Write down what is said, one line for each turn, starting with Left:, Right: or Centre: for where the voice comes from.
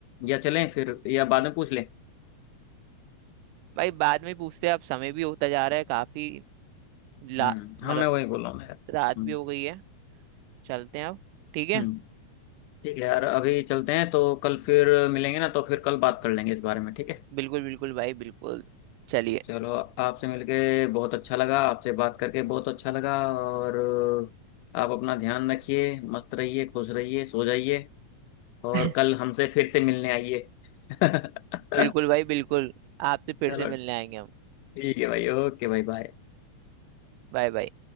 Left: या चलें फिर या बाद में पूछ लें
Right: भाई बाद में पूछते हैं अब समय भी होता जा रहा है काफी ला
Left: हम्म
Right: मतलब
Left: हाँ मैं वही बोल रहा हूँ यार
Right: रात
Left: हम्म
Right: भी हो गई है चलते हैं अब ठीक है
Left: हम्म, ठीक है यार अभी चलते हैं तो कल फिर मिलेंगे ना तो फिर कल बात कर लेंगे इस बारे में ठीक है
Right: बिल्कुल बिल्कुल भाई बिल्कुल चलिए
Left: चलो आपसे मिलके बहुत अच्छा लगा आपसे बात करके बहुत अच्छा लगा और आप अपना ध्यान रखिए मस्त रहिए खुश रहिए सो जाइए और
Right: <laughs>
Left: कल हमसे फिर से मिलने आइए <laughs>
Right: बिल्कुल भाई बिल्कुल आपसे फिर
Left: चलो
Right: से मिलने आएंगे हम
Left: ठीक है भाई ओके भाई बाय
Right: Bye bye